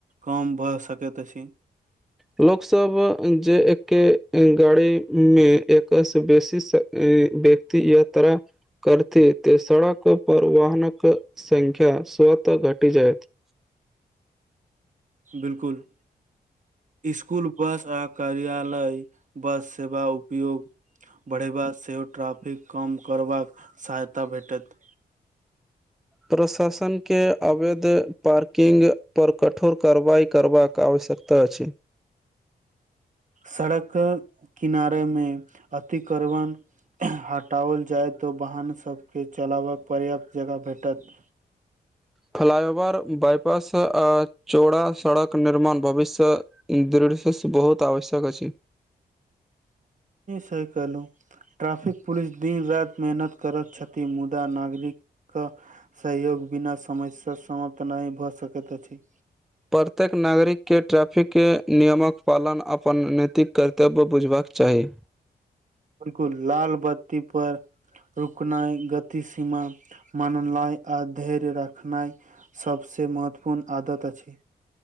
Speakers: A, on the right; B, in the centre.
A: कम भऽ सकैत अछि
B: लोक सब जे एके गाड़ी मे एक से बेसी से ई व्यक्ति यात्रा करते त सड़क पर वाहनक संख्या स्वतः घटी जाइत
A: बिलकुल स्कूल बस आ कर्यालय बस सेवा उपयोग बढ़ेबा सेहो ट्रैफिक कम करबाक सहायता भेटत
B: प्रशासन के अवैध पार्किंग पर कठोर कारवाई करबाक आवश्यकता अछि
A: सड़क किनारे मे अतिक्रमण हटाओल जायतऽ वाहन सभके चलाबकऽ पर्याप्त जगह भेटत
B: फ्लाइओवर बाईपास आ चौड़ा सड़क निर्माण भविष्य मे <unintelligible> बहुत आवश्यक अछि
A: सही कहलहु ट्रैफिक पुलिस दिन रात मेहनत करैत छथि मुदा नागरिक के सहयोग बिना समय सँ समाप्त नहि भऽ सकैत अछि
B: प्रत्येक नागरिक के ट्रैफिक के नियमक पालन अपन नैतिक कर्तव्य बुझबाक चाही
A: बिल्कुल लाल बत्ती पर रुकनाइ गति सीमा माननाइ आ धैर्य रखनाइ सभ से महत्वपूर्ण आदत अछि